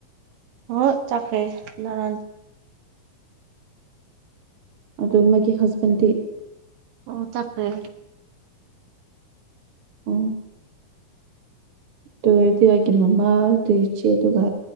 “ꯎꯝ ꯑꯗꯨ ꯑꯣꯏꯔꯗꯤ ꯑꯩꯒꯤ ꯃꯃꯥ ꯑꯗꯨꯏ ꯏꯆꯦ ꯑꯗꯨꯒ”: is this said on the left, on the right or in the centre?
Right